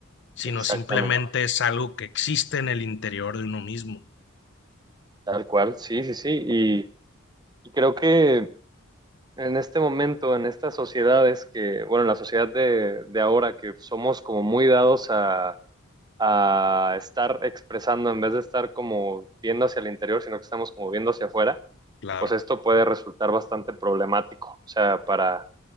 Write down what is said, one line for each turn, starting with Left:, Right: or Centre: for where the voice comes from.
Left: Sino
Right: exactamente,
Left: simplemente es algo que existe en el interior de uno mismo.
Right: tal cual, sí, sí, sí. Y, y creo que en este momento, en estas sociedades que, bueno, en la sociedad de, de ahora, que somos como muy dados a a estar expresando, en vez de estar como viendo hacia el interior, sino que estamos como viendo hacia afuera,
Left: Claro.
Right: pues esto puede resultar bastante problemático. O sea, para,